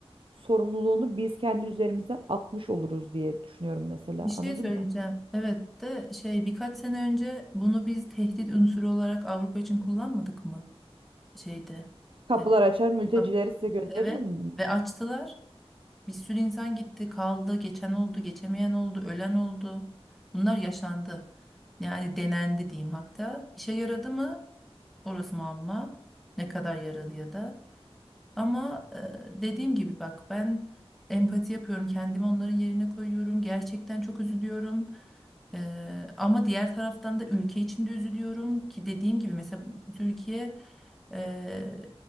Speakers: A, on the right; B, in the centre.
A: sorumluluğunu biz kendi üzerimizden atmış oluruz diye düşünüyorum mesela.
B: Bir şey
A: Anladın
B: söyleyeceğim.
A: mı?
B: Evet de şey birkaç sene önce bunu biz tehdit unsuru olarak Avrupa için kullanmadık mı? Şeyde.
A: Kapılar
B: Evet.
A: açar, mültecileri
B: Tabii.
A: size gönderirim
B: Evet.
A: mi?
B: Ve açtılar. Bir sürü insan gitti, kaldı, geçen oldu, geçemeyen oldu, ölen oldu. Bunlar yaşandı. Yani denendi diyeyim hatta. İşe yaradı mı? Orası muamma. Ne kadar yaradı ya da. Ama e, dediğim gibi bak ben empati yapıyorum. Kendimi onların yerine koyuyorum. Gerçekten çok üzülüyorum. E, ama diğer taraftan da ülke içinde üzülüyorum ki dediğim gibi mesela Türkiye e,